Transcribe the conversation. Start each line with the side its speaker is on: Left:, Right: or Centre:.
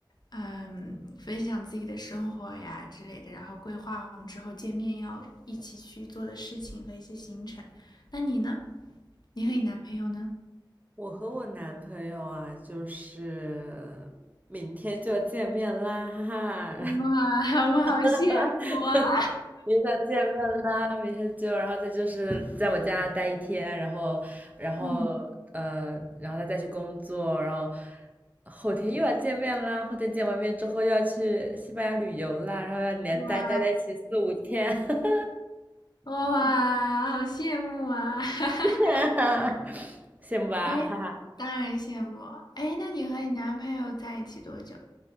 Left: 嗯，分享自己的生活呀之类的，然后规划我们之后见面要一起去做的事情和一些行程。那你呢？你和你男朋友呢？
Right: 我和我男朋友啊，就是明天就要见面啦，哈哈，
Left: 哇，我好羡慕啊！
Right: <laughs> 明天就要见面啦，明天就，然后再就是在我家待一天，然后，然后，
Left: 嗯，
Right: 呃，然后他再去工作，然后后天又要见面啦，后天见完面之后又要去西班牙旅游啦，然后要连待待在一起四五天，
Left: 哇
Right: <laughs>
Left: 哇，好羡慕啊！<laughs>
Right: <laughs> 羡慕吧，
Left: 哎，
Right: 哈哈。
Left: 当然羡慕。哎，那你和你男朋友在一起多久？